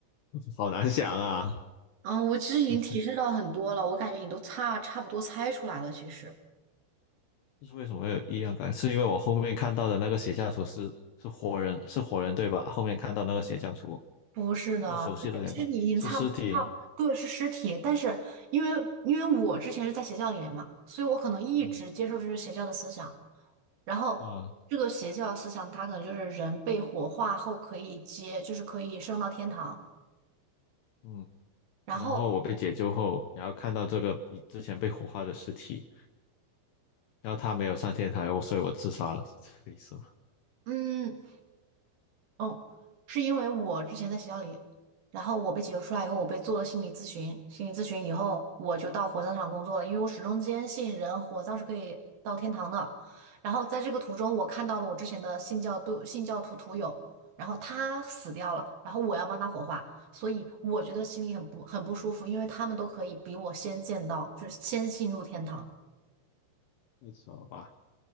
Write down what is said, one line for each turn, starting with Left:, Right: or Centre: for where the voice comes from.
Left: <laughs> 好难想啊，
Right: 嗯，我其实已经提示到很多了，
Left: 不是，
Right: 我感觉你都差差不多猜出来了。其实
Left: 这是为什么会有异样感？是因为我后面看到的那个邪教徒是是活人，是活人对吧？后面看到那个邪教徒
Right: 不是的，
Left: 是熟悉的脸吧？
Right: 其实其实你已经差不差不对是尸体，
Left: 是尸体，
Right: 但是因为因为我之前是在邪教里面嘛，所以我可能一直接受这些邪教的思想。
Left: 嗯
Right: 然后这个邪教思想，
Left: 啊
Right: 它可能就是人被火化后可以接，就是可以升到天堂。
Left: 嗯，
Right: 然后，
Left: 然后我被解救后，然后看到这个比之前被火化的尸体。然后他没有上天台，我所以我自杀了。是这个意思吗？
Right: 嗯，嗯，是因为我之前在学校里，然后我被解救出来以后，我被做了心理咨询。心理咨询以后，我就到火葬场工作了，因为我始终坚信人火葬是可以到天堂的。然后在这个途中，我看到了我之前的信教都信教徒徒友，然后他死掉了，然后我要帮他火化，所以我觉得心里很不很不舒服，因为他们都可以比我先见到，就是先进入天堂。
Left: 太扯了吧？